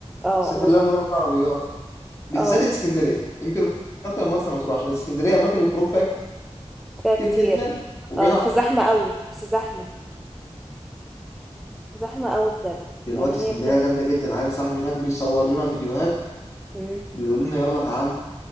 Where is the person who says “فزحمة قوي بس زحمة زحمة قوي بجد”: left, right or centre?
Centre